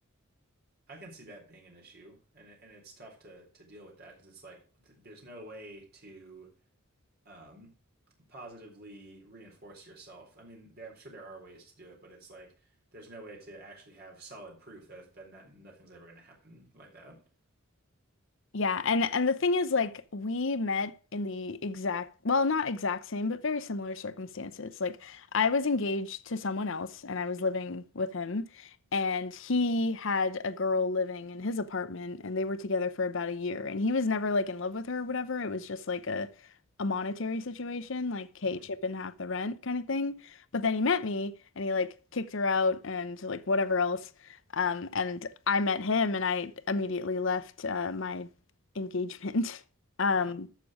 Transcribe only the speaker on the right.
I can see that being an issue, and it- and it's tough to to deal with that because it's like th there's no way to um positively reinforce yourself. I mean, there, I'm sure there are ways to do it, but it's like there's no way to actually have solid proof that that, that nothing's ever going to happen like that.
hmm
Wow.